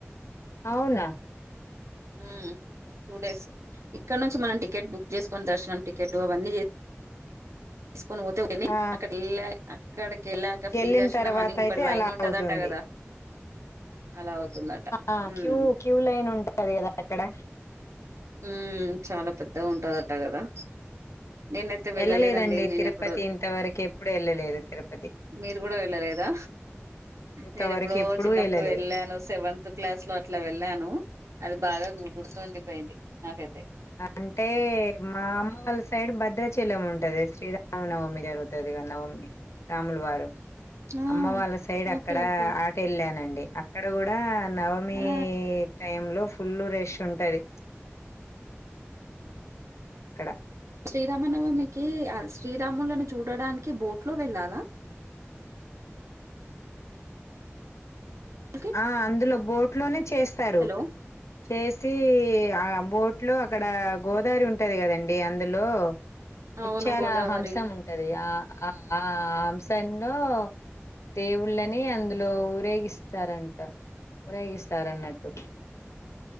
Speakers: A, on the left; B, on the right.
A: అవునా
B: హు టూ డేస్ ఇక్కడ నుంచి మనం టికెట్ మనం చేసుకుని దర్శనం టికెట్ అవన్నీ చే
A: <inaudible>
B: తీసుకొని పోతే పోని
A: ఆ
B: అక్కడ వెళ్ళ అక్కడికి వెళ్ళాక ఫ్రీ
A: వెళ్ళిన
B: దర్శనం
A: తర్వాత
B: అని ఇంకోటి
A: అయితే
B: లైన్
A: అలా
B: ఉంటదట్ట
A: అవుతుంది
B: కదా అలా అవుతుందట
A: ఆ
B: ఉమ్
A: క్యూ క్యూ లైన్ ఉంటంది కదా అక్కడ
B: మ్మ్ చాలా పెద్దగా ఉంటందట కదా నేనైతే
A: వెళ్ళలేదండి
B: నేను
A: తిరుపతి
B: ఎప్పుడు
A: ఇంతవరకు ఎప్పుడు వెళ్ళలేదు తిరుపతి
B: మీరు కూడా వెళ్ళలేదా
A: ఇంతవరకు
B: నేను ఎప్పుడో
A: ఎప్పుడూ
B: చిన్నప్పుడు
A: వెళ్ళలేదు
B: వెళ్ళాను సెవెంత్ క్లాస్ లో అట్లా ఇట్లా వెళ్ళను అది బాగా గుడుతుండిపోయింది నాకైతే
A: అంటే మా అమ్మ వాళ్ళ సైడ్ భద్రాచలం ఉంటది శ్రీరామనవమి జరుగుతుంది నవమి రాములు వారు
B: ఆ
A: అమ్మ వాళ్ళ సైడ్
B: ఓకే
A: అక్కడ
B: ఓకే
A: ఆటు వెళ్ళానండి అక్కడ కూడా నవమి
B: ఆ
A: టైమ్ లో ఫుల్లు రష్ ఉంటది అక్కడ
B: శ్రీరామనవమికి శ్రీరాములను చూడడానికి బోట్ లో వెళ్ళాలా ఓకే.
A: ఆ అందులో బోట్ లోనే చేస్తారు
B: హలో
A: చేసి ఆ బోట్లో అక్కడ గోదారి ఉంటది కదండి అందులో ముత్యాల
B: అవును గోదావరి
A: హంస ఉంటది ఆ ఆహంశ లో దేవుళ్ళని అందులో ఊరేగిస్త రంటా ఊరేగిస్తారన్నట్టు